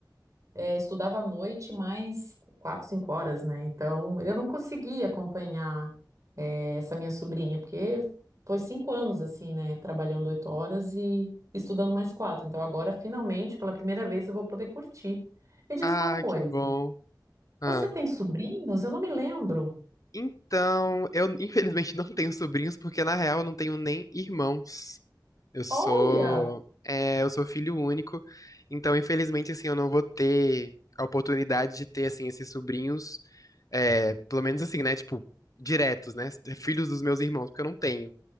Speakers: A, on the right; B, on the left.
A: é, estudava à noite mais quatro, cinco horas, né? Então eu não conseguia acompanhar é, essa minha sobrinha, porque foi cinco anos assim, né? Trabalhando oito horas e estudando mais quatro. Então agora, finalmente, pela primeira vez, eu vou poder curtir. Me diz
B: Ah,
A: uma coisa,
B: que bom. Ah.
A: você tem sobrinhos? Eu não me lembro.
B: Então, eu infelizmente não tenho sobrinhos, porque na real eu não tenho nem irmãos. Eu sou,
A: Olha!
B: é, eu sou filho único, então infelizmente assim eu não vou ter a oportunidade de ter assim esses sobrinhos, é, pelo menos assim, né, tipo, diretos, né, filhos dos meus irmãos, porque eu não tenho.